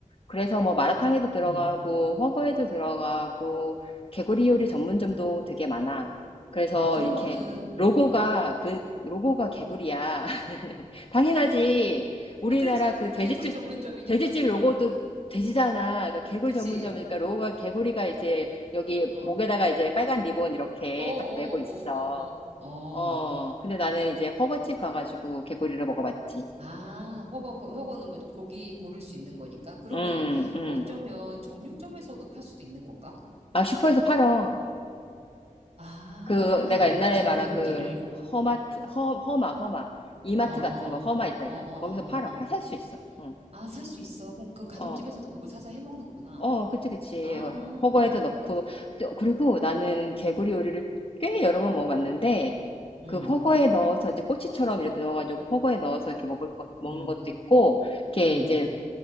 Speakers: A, on the left; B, on the right.
A: 그래서 뭐 마라탕에도 들어가고
B: 음.
A: 훠궈에도 들어가고 개구리 요리 전문점도 되게 많아. 그래서
B: 아, 그러면은,
A: 이렇게
B: 음.
A: 로고가 그 로고가 개구리야. <laughs> 당연하지. 우리나라
B: 아, 그렇지.
A: 그 돼지집
B: 개구리 전문점이니까.
A: 돼지집 로고도
B: 어,
A: 돼지잖아. 그러니까 개구리
B: 그치.
A: 전문점이니까 로고가 개구리가 이제 여기
B: 어, 어,
A: 목에다가 이제 빨간 리본 이렇게
B: 어, 어, 어,
A: 딱 메고 있어.
B: 어. 어.
A: 어. 근데 나는 이제 훠궈집 가가지고 개구리를 먹어봤지.
B: 아, 허거, 거- 허거는 뭐 고기 고를 수 있는 거니까. 그러면
A: 음, 음.
B: 어쩌면 정육점에서도 팔 수도 있는 건가?
A: 아, 슈퍼에서 팔어.
B: 아,
A: 그 내가 옛날에
B: 개구리
A: 말한
B: 고기를.
A: 그 허마트 허 허마 허마 이마트
B: 어, 어, 어.
A: 같은 거 허마 있다잖아요.
B: 어, 어, 어,
A: 거기서 팔아
B: 어, 어.
A: 팔 살 수 있어. 응.
B: 아, 살 수 있어. 그럼, 그럼 가정집에서도
A: 어.
B: 그걸 사서 해 먹는구나.
A: 어, 그치, 그치.
B: 아,
A: 어, 호거에도 넣고. 또- 그리고 나는 개구리 요리를 꽤 여러 번 먹어봤는데,
B: 음,
A: 그 허거에 넣어서 이제 꼬치처럼 이렇게 넣어가지고 허거에 넣어서 이렇게 먹을 것, 먹는
B: 음,
A: 것도 있고, 이렇게
B: 음.
A: 이제